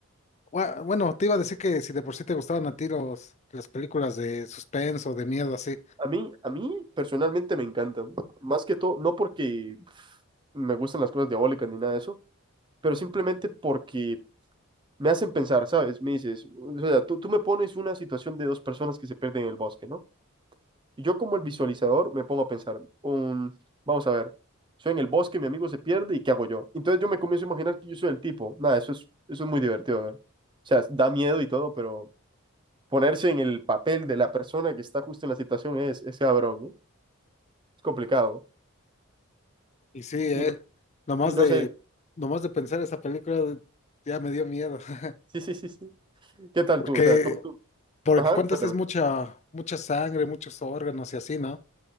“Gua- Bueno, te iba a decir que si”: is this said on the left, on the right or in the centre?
Left